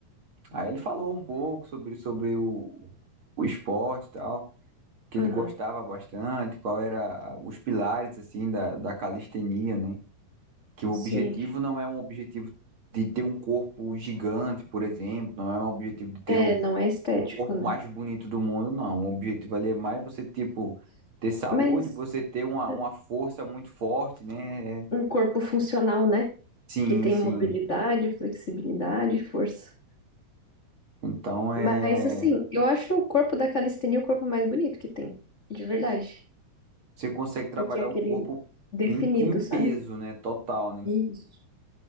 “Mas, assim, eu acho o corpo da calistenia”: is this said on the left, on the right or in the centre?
Left